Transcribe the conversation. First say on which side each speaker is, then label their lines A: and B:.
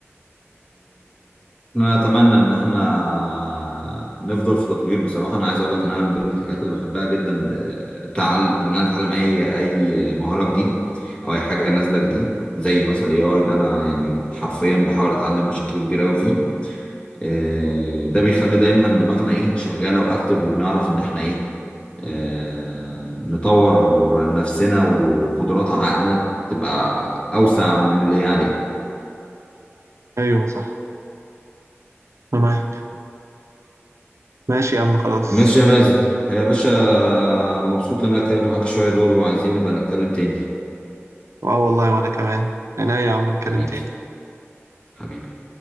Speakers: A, on the left; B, on the right.
A: احنا اتمنى ان احنا نفضل في تطوير بصراحه انا عايز اقول لك ان انا من ضمن الحاجات اللي بحبها جدا آه، تعل... ان انا اتعلم اي اي مهاره جديده او اي حاجه نازله جديد زي مثلا الاي اي ده انا يعني حرفيا بحاول اتعلم بشكل كبير قوي فيه آه، ده بيخلي دايما دماغنا ايه شغاله واكتف وبنعرف ان احنا ايه آه، نطور نفسنا وقدرات عقلنا تبقى اوسع من اللي هي عليه
B: ايوه صح انا معاك ماشي يا عم خلاص
A: ماشي يا مازن يا باشا مبسوط ان انا اتكلمت معاك شوية دول وعايزين نبقى نتكلم تاني
B: اه والله وانا كمان انا يا عم نتكلم
A: حبيبي
B: تاني
A: حبيبي